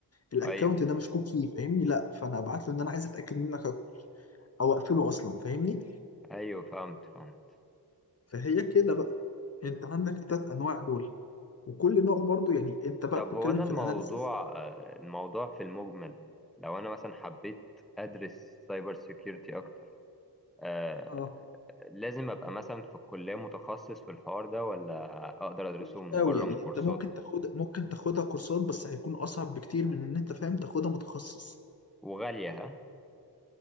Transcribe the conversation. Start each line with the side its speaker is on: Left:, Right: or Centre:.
Left: الاكونت
Centre: ايوه
Left: ده مشكوك فيه فاهمني لا فانا ابعت له ان انا عايز اتاكد منك هاكر، او اقفله اصلا فاهمني
Centre: ايوه فهمت فهمت
Left: فهي كده بقى انت عندك التلات انواع دول وكل نوع برضو يعني انت بقى
Centre: طب
Left: بتتكلم
Centre: هو أنا
Left: في
Centre: الموضوع
Left: الاناليسز
Centre: آه، الموضوع في المجمل لو أنا مثلا حبيت أدرس سايبر سيكيورتي أكتر آه،
Left: اه
Centre: لازم أبقى مثلا في الكلية متخصص في الحوار ده ولا أقدر أدرسه
Left: مش
Centre: من
Left: قوي
Centre: بره
Left: يعني
Centre: من كورسات
Left: انت ممكن تاخد ممكن تاخدها كورسات بس هيكون اصعب بكتير من ان انت فاهم تاخدها متخصص
Centre: وغالية ها